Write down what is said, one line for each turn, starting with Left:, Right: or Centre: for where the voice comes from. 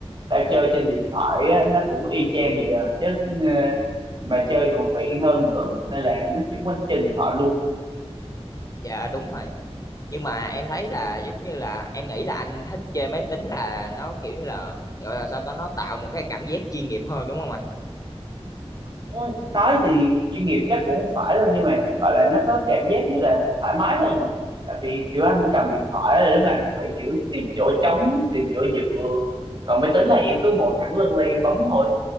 Right: tao chơi trên điện thoại á, nó cũng y chang vậy à chứ ờ, mà chơi còn tiện hơn nữa nên là nó chuyển qua nó chơi điện thoại luôn
Left: dạ đúng rồi nhưng mà em thấy là giống như là em nghĩ là anh thích chơi máy tính là nó kiểu như là gọi là sao ta nó tạo một cái cảm giác chuyên nghiệp hơn đúng không anh
Right: Ủa, nói thì chuyên nghiệp chắc cũng không phải đâu nhưng mà gọi là nó có cảm giác như là thoải mái hơn hả tại vì kiểu anh cầm điện thoại là lúc nào anh cũng phải kiểu tìm chỗ trống tìm chỗ dựa còn máy tính là em cứ ngồi thẳng lưng là em bấm thôi